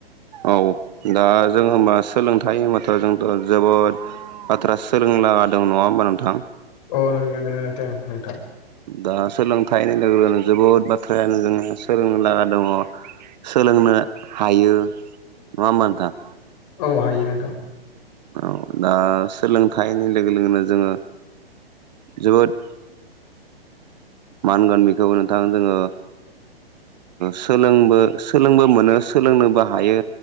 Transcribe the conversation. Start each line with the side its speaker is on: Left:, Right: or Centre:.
Right: औ दा जों होनबा सोलोंथाइ होनबाथ' जोंथ' जोबोद बाथ्रा सोलोंलादों नंङा होमबा नोंथां
Left: औ दों दे दंङो नोंथां नोंथां
Right: दा सोलोंथाइनि लोगो लोगोनो जोबोद बाथ्रायानो जोंहा सोलोंनो लागा दंङो सोलोंनो हायो नंङा होमबा नोंथां
Left: औ हायो नोंथां
Right: औ दा सोलोंथाइनि लोगो लोगोनो जोंङो जोबोद मा होनगोन बेखौबो नोंथां जोंङो सोलोंबो सोलोंबो मोनो सोलोंनोबो हायो।